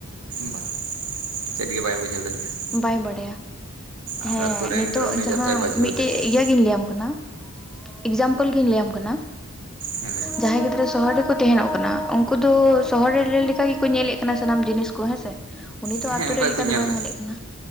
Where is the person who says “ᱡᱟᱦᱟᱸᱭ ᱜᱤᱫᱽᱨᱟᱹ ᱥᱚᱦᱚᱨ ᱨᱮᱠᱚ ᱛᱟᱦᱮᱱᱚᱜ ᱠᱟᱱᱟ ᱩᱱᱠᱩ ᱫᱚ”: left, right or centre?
Centre